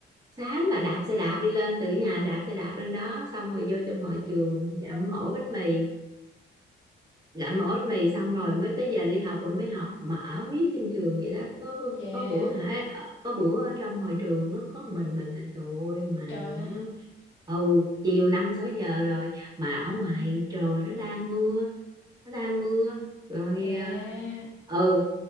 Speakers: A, on the right (about 20°); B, on the left (about 85°).
A: sáng là đạp xe đạp đi lên từ nhà đạp xe đạp lên đó xong rồi vô trong hội trường dặm mổ bánh mì gặm ổ mì xong rồi mới tới giờ đi học rồi mới học mà ở miết trên trường vậy đó có có,
B: dạ
A: có bữa hả ờ, có bữa ở trong hội trường có, có mình mình là trời ơi mà
B: Trời,
A: hả ồ chiều năm sáu giờ rồi mà ở ngoài trời nó đang mưa nó đang mưa rồi
B: dạ,
A: ờ, ừ